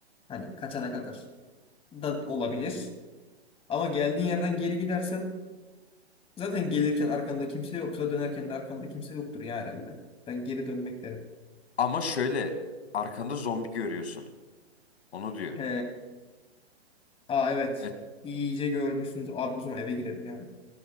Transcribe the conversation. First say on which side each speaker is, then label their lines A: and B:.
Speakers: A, on the left; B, on the left.
A: Hani kaçana kadar da olabilir. Ama geldiğin yerden geri gidersen zaten gelirken arkanda kimse yoksa dönerken de arkanda kimse yoktur ya herhalde. Ben geri dönmek derim.
B: Ama şöyle arkanda zombi görüyorsun. Onu diyor.
A: He. Aa evet.
B: E
A: İyice görmüşsünüz. Abi o zaman eve girelim yani.